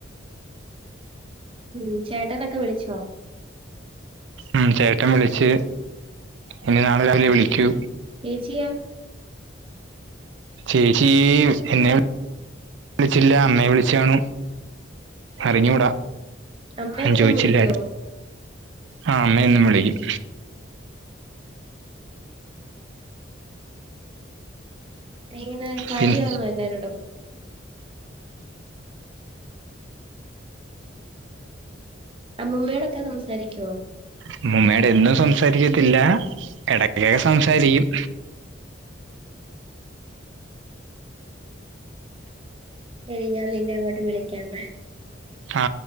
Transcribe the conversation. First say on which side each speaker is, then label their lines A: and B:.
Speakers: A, on the right (about 25°); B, on the right (about 70°).
A: ഉം ചേട്ടനൊക്കെ വിളിച്ചോ
B: ഉം ചേട്ടൻ വിളിച്ച് ഇനി നാളെ രാവിലയേ വിളിക്കൂ
A: ചേച്ചിയോ
B: ചേച്ചി എന്നെ വി <inaudible> വിളിച്ചില്ല അമ്മയെ വിളിച്ചുകാനും അറിഞ്ഞൂടാ
A: അമ്മയൊന്നും
B: ആരുംചോയിച്ചില്ല
A: വിളിക്കുവോ
B: ആ അമ്മേ എന്നും വിളിക്കും
A: എങ്ങനെ കാര്യവാന്നോ
B: പിന്നെ
A: എല്ലാരോടും അമ്മൂമ്മയോടൊക്കെ സംസാരിക്കുവോ
B: അമ്മൂമ്മയോട് എന്നും സംസാരിക്കത്തില്ല എടക്കൊക്കെ സംസാരിക്കും
A: ശരി ഞാൻ നിന്നെ അങ്ങോട്ട് വിളിക്കാമേ
B: ആ..